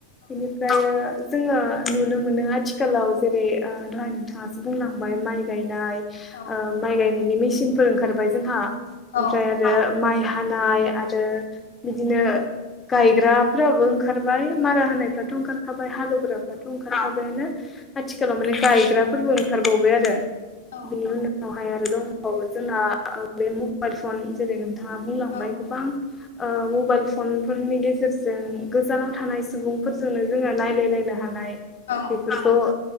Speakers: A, on the left; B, on the left.
A: बिनिफ्राय जोङो नुनो मोनो आथिखालाव जेरै ओ दहाय नोंथाङासो बुंलांबाय माइ गायनाय ओ
B: औ
A: माइ गायनायनि मेसिनफोर ओंखारबाय जोंहा
B: औ
A: ओमफ्राय
B: औ
A: आरो माइ हानाय आरो बिदिनो गायग्राफोराबो ओंखारबाय मारा होनायफ्राथ' ओंखारखा बाय हालौग्राफ्राथ' ओंखारखाबायानो आथिलाव माने गायग्रा फोरबो ओंखारबावबाय आरो
B: औ
A: बिनि उननावहाय आरो दंबावो जोंना बे मबाइल फननि जेरै नोंथाङा बुंलांबाय
B: औ
A: गोबां ओ मबाइल फनफोरनि गेजेरजों गोजानाव थानाय सुबुंफोरजोंनो जोङो नायलायलायनो हानाय
B: औ
A: बेफोरखौ ओ